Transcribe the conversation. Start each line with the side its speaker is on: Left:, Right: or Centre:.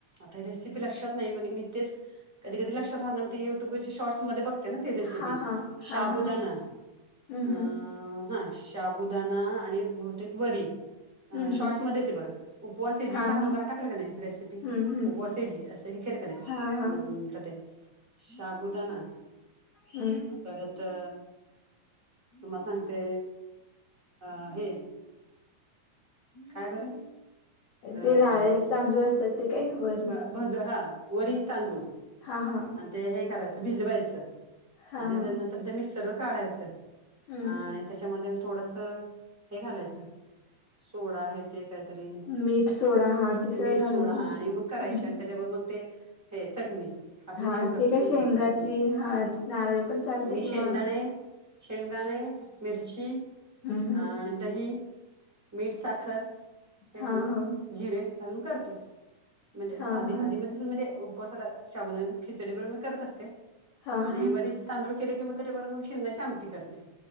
Right: आता रेसिपी लक्षात नाही पण मी तेच कधी कधी लक्षात राहात नाही मग ती युट्युब वरच्या शॉर्ट्सध्ये बघते ना ती रिलस
Left: हा हा
Right: शबुदाना
Left: हा हा
Right: अ
Left: हम्म
Right: अ
Left: हम्म
Right: हा शाबुदाना आणि बहुतेक वरी अ
Left: हम्म
Right: शॉर्ट्समध्ये
Left: हम्म
Right: ते बघा उपवास इडली
Left: हा
Right: टाकलं
Left: हा
Right: का नाही रेसिपी
Left: हम्म हम्म
Right: उपवास इडली असं हे केलं का नाहीम्
Left: हा हा
Right: क ते शाबुदाना
Left: हम्.
Right: परत अ तुम्हाला सांगते अ हे काय बरं अ
Left: ते राळ्याचे तांदूळ असतात ते काही वरी
Right: भगर हा वरीचे तांदूळ
Left: हा हा
Right: आणि ते हे करायचं भिजवायचं
Left: हा
Right: आ त्याच्या
Left: हा
Right: नंतर ते मिक्सर काढायचं
Left: हम्म
Right: आणि त्या त्याच्यामध्ये थोडस हे घालायचं सोडा हे ते काहीतरी
Left: मीठ सोडा हा ते सगळं
Right: मीठ सोडा
Left: घालून
Right: हा आणि मग करायची
Left: हम्म हम्म
Right: आणि त्याच्यावर मग ते हे चटणी आपली
Left: हा
Right: नेहमी करतो
Left: काय
Right: ते
Left: शेंगाची
Right: उपवासाची चटणी,
Left: हा नारळ पण चालते
Right: मी
Left: किंवा
Right: शेंगदाणे शेंगदाणे, मिरची,
Left: हम्म हम्म
Right: आणि दही मीठ, साखर, ते
Left: हा
Right: घालून
Left: हा
Right: जिरे घालून करते. म्हणजे
Left: हा
Right: आधी-
Left: हा
Right: आधी मधी म्हणजे उपवासाला शाबुदाना खिचडी बरोबर मी करत असते.
Left: हा
Right: आणि
Left: हा
Right: वरीचे तांदूळ केले कि मग त्याच्याबरोबर मग शेंगदाण्याची आमटी करते.